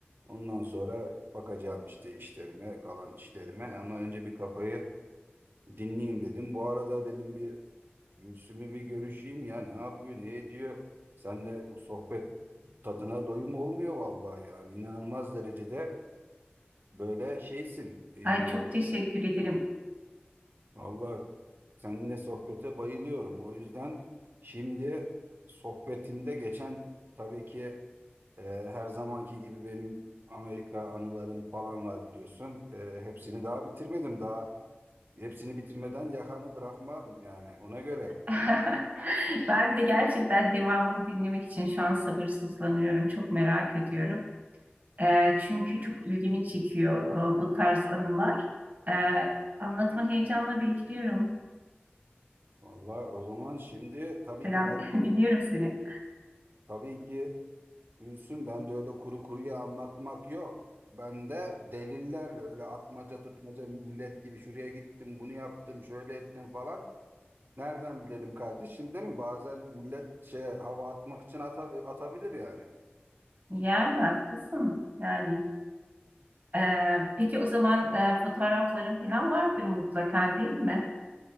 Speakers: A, on the right; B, on the right.
A: Ondan sonra bakacağım işte işlerime kalan işlerime ama önce bir kafayı dinleyeyim dedim. Bu arada dedim bir Gülsüm'ü bir görüşeyim ya ne yapıyor ne ediyor. Seninle bu sohbet tadına doyum olmuyor vallahi yani inanılmaz derecede böyle şeysin. e,
B: Ay çok teşekkür ederim.
A: Vallahi seninle sohbete bayılıyorum. O yüzden şimdi sohbetimde geçen tabii ki e, her zamanki gibi benim Amerika anılarım falan var biliyorsun. E, hepsini daha bitirmedim. Daha hepsini bitirmeden yakanı bırakmam yani ona göre.
B: <laughs> Ben de gerçekten devamını dinlemek için şu an sabırsızlanıyorum. Çok merak ediyorum. E, çünkü çok ilgimi çekiyor e, bu tarz anılar. E, anlatmanı heyecanla bekliyorum.
A: Vallahi o zaman şimdi tabii
B: Selam,
A: ki ben
B: <laughs> dinliyorum seni.
A: tabii ki Gülsün ben de öyle kuru kuruya anlatmak yok. Ben de delillerle öyle atmaca tutmaca millet gibi şuraya gittim bunu yaptım şöyle ettim falan. Nereden bilelim kardeşim değil mi? Bazen millet şey hava atmak için ata- atabilir yani.
B: Yani haklısın. Yani e, peki o zaman e, fotoğrafların falan vardır mutlaka değil mi?